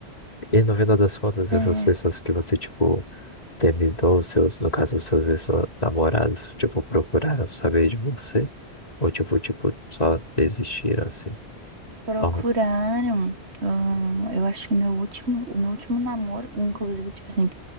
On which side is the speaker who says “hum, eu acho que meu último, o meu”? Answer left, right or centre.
Right